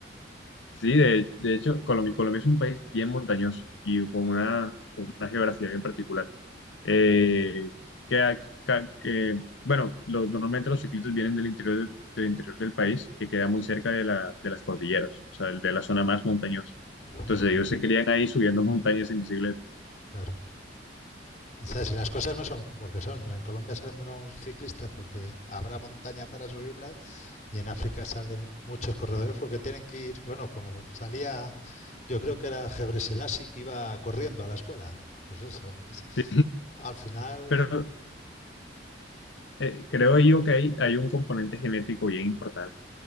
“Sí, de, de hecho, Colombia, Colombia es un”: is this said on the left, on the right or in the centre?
Left